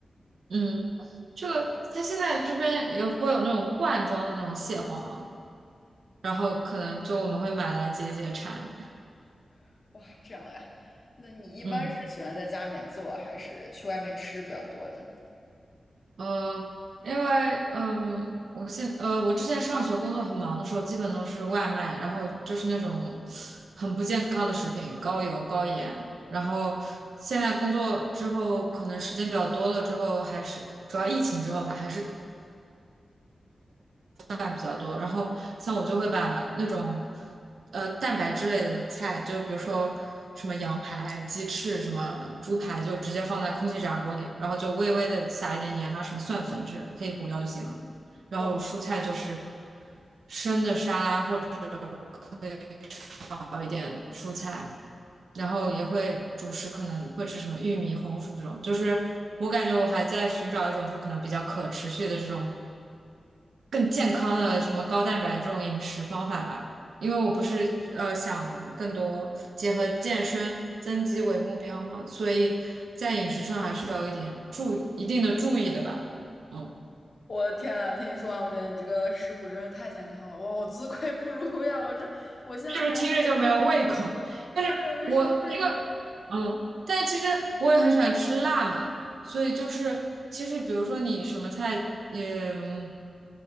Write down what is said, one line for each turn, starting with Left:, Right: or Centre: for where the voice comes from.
Right: 嗯，这个它现在这边也会有那种罐装的那种蟹黄，然后可能就我们会买来解解馋。
Left: <laughs> 哇，这样呀？那你一般是喜欢在家里面做，
Right: 嗯
Left: 还是去外面吃比较多呢？
Right: 嗯，因为嗯，我现呃，我之前上学工作很忙的时候，基本都是外卖，然后就是那种很不健康的食品，高油高盐。然后现在工作之后，可能时间比较多了之后，还是主要疫情之后吧，还是饭比较多，然后像我就会把那种呃蛋白质类的菜，就比如说什么羊排、鸡翅、什么猪排，就直接放在空气炸锅里，然后就微微的撒一点盐啊，什么蒜粉之类、黑胡椒就行了。然后蔬菜就是
Left: 哇。
Right: 生的沙拉或者可以炒一点蔬菜，然后也会主食可能会吃什么玉米、红薯这种，就是我感觉我还在寻找一种就是可能比较可持续的这种更健康的什么高蛋白这种饮食方法吧。因为我不是呃想更多结合健身增肌为目标嘛，所以在饮食上还是要有一点注意一定的注意的吧。嗯，
Left: 我的天啊，听你说完，我觉得你这个食谱真是太健康了，哇，我自愧不如呀！我这我现在还
Right: 是不是听着就没有胃口？但是我因为
Left: 对没什么胃口。
Right: 嗯，但其实我也很喜欢吃辣嘛，所以就是其实比如说你什么菜，嗯，